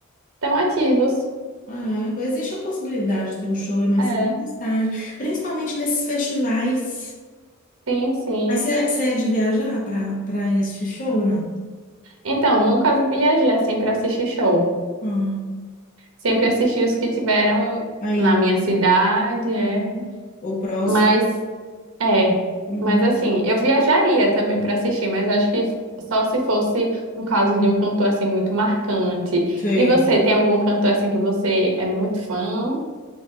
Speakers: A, on the right (about 80°); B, on the left (about 40°).
A: Estão ativos.
B: Ah, é. existe a possibilidade de ter um show aí mais
A: É,
B: cedo ou mais tarde, principalmente nesses festivais.
A: sim, sim.
B: Mas você é de viajar para para ir assistir show ou não?
A: Então, nunca viajei assim para assistir show.
B: Ah,
A: Sempre assisti os que tiveram
B: aí,
A: na
B: né?
A: minha cidade, é.
B: Uhum. o próximo.
A: Mas, é.
B: Hum.
A: Mas assim, eu viajaria também para assistir, mas acho que só se fosse um caso de um cantor assim muito marcante.
B: Sim.
A: E você, tem algum cantor assim que você é muito fã?